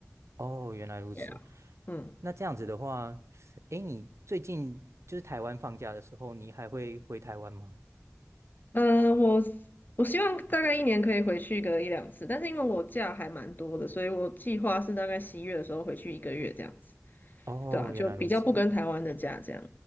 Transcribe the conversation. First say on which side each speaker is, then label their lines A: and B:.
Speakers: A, on the right; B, on the left.
A: 哦，原来如此。
B: 对啊，嗯，
A: 那这样子的话，哎，你最近就是台湾放假的时候，你还会回台湾吗？
B: 呃，我我希望大概一年可以回去个一两次，但是因为我假还蛮多的，所以我计划是大概十一月的时候回去一个月这样子。
A: 哦，
B: 对啊，就比较不跟台湾的假这样。
A: 原来如此。